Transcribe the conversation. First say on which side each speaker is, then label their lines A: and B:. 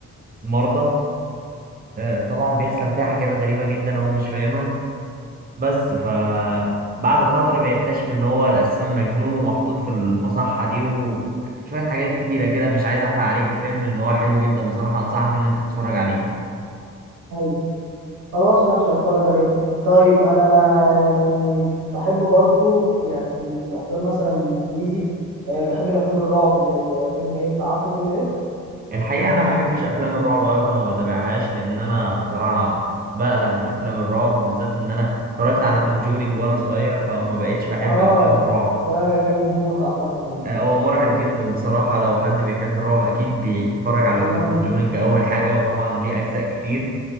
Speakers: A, on the right; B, on the right.
A: المرضى آه، آه، طبعا بيحصل فيها حاجات غريبة جدا هو مش فاهمها بس ف بعد فترة بيكتشف إن هو أساسا مجنون ومحطوط في المصحة دي وشوية حاجات كتيرة كده مش عايز أحرق عليك الفيلم إن هو حلو جدا بصراحة أنصحك إن أنت تتفرج عليه
B: امم خلاص ماشي هتفرج عليه طيب انا يعني بحب برضو يعني في, في الافلام مثلا الانجليزي آه، بحب الافلام الرعب زي فيلم ايه عارفه فيلم ايه
A: الحقيقة أنا بحبش أفلام الرعب أوي فما بتابعهاش لأن أنا بصراحة بقلق من أفلام الرعب بالذات إن أنا اتفرجت على كونجورينج وأنا صغير فما بقتش بحب
B: اه
A: أفلام الرعب
B: ده جامد موت عامه
A: آه، هو مرعب
B: يعني
A: جدا بصراحة لو حد بيحب الرعب أكيد بيتفرج
B: وزمان
A: على ذا كونجورينج أول حاجة وطبعا ليه أجزاء كتير